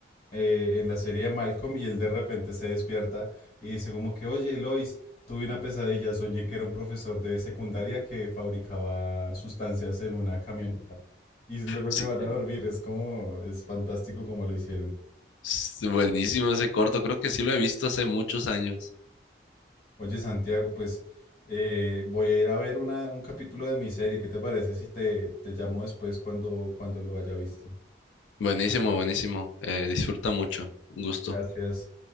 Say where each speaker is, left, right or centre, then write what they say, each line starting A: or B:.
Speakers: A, on the left; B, on the left.
A: eh, en la serie de Malcolm y él de repente se despierta y dice como que, oye, Lois, tuve una pesadilla, soñé que era un profesor de secundaria que fabricaba sustancias en una camioneta y luego
B: Sí,
A: se van a dormir, es como, es fantástico como lo hicieron.
B: s- buenísimo ese corto, creo que sí lo he visto hace muchos años.
A: Oye, Santiago, pues eh, voy a ir a ver una, un capítulo de mi serie, ¿qué te parece si te, te llamo después cuando, cuando lo haya visto?
B: Buenísimo, buenísimo. eh, disfruta mucho. Un gusto.
A: Gracias.